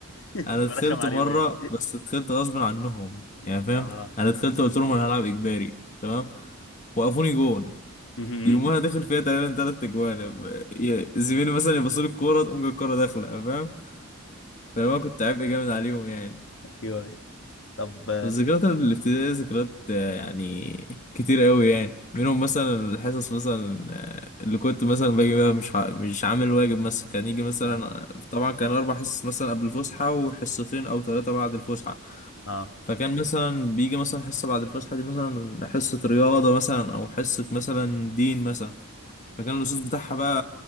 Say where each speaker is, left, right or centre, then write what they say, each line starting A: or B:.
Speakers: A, on the left (about 65°); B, on the left (about 35°).
A: <laughs>
B: انا
A: برخم
B: دخلت
A: عليهم
B: مره
A: يعني
B: بس دخلت غصب عنهم
A: <laughs>
B: يعني فاهم
A: اه
B: انا دخلت قلت لهم انا هلعب اجباري تمام وقفوني جون
A: <laughs>
B: يومها داخل فيها تقريبا تلات اجوان ب- ي- زميلي مثلا يبصوا لي الكوره تقوم جاي الكوره داخله فاهم فانا كنت عبء جامد عليهم يعني
A: ايوه طب
B: الذكريات الابتدائية ذكريات آه، يعني كتير قوي يعني منهم مثلا الحصص مثلا آه، اللي كنت مثلا باجي بقى مش ع- مش عامل واجب مثلا كان يجي مثلا
A: اه
B: طبعا كان أربع حصص مثلا قبل الفسحة وحصتين أو ثلاثة بعد الفسحة
A: اه
B: فكان مثلا بيجي مثلا حصة بعد الفسحة دي مثلا حصة رياضة مثلا أو حصة مثلا دين مثلا فكان الأستاذ بتاعها بقى